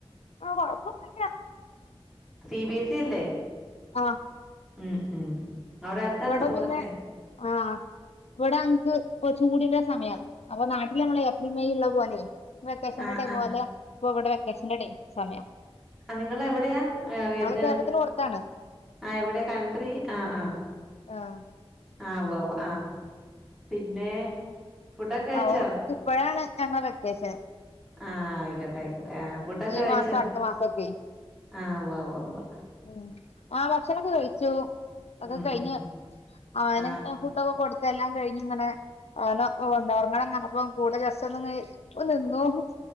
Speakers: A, on the left; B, in the centre.
A: ആഹ് കൊഴപ്പോന്നില്ല
B: സി ബി എസ് സി അല്ലേ
A: ആഹ്
B: ഉം ഉം അവിടെ അടുത്താണോ
A: ഇവിട
B: സ്കൂളൊക്കെ
A: പിന്നെ ആഹ് ഇവിട അൻക്ക് ഇപ്പോ ചൂടിന്റെ സമയാണ് അപ്പോ നാട്ടില് ഞമ്മള് ഏപ്രിൽ മെയ്ള്ള പോലെ വെക്കേഷന്റെ
B: ആഹ്
A: ടൈം
B: ആഹ്
A: പോലെ ഇപ്പൊ ഇവിടെ വെക്കേഷന്റെ ടൈം സമയം
B: ആഹ നിങ്ങള് എവിടെയാ ഏത്
A: കേരളത്തിന് പൊറത്താണ്
B: ആഹ് എവിടെയാ കൺട്രി ആഹ ആഹ
A: ആഹ
B: ആഹ് ഉവ്വാ ഉവ്വാ ആഹ് പിന്നെ ഫുഡൊക്കെ കഴിച്ചോ
A: ആ ഓ ഇപ്പഴാണ് ഞങ്ങളെ വെക്കേഷൻ
B: ആഹ ആയിക്കൊട്ടെ ആയിക്കൊട്ടെ ആ ഫുഡൊക്കെ
A: ഈ
B: കഴിച്ചോ
A: മാസം അടുത്ത മാസൊക്കെ
B: ആഹ ഉവ് ഉവ് ഉവ്
A: ഉം ആ ഭക്ഷണൊക്കെ കഴിച്ചു ഒക്കെ
B: ഉം
A: കഴിഞ്ഞ്
B: ഉം ഉം
A: അവന്
B: ആഹ്
A: <unintelligible>
B: ഉവ്വ
A: കൊട്ത്ത് എല്ലാം കഴിഞ്ഞ് ഇങ്ങനെ അവനോ ഒന്നറങ്ങണംന്നർപ്പം കൂടെ ജസ്റ്റൊന്ന്ങ്ങനെ നിന്നു ഹ്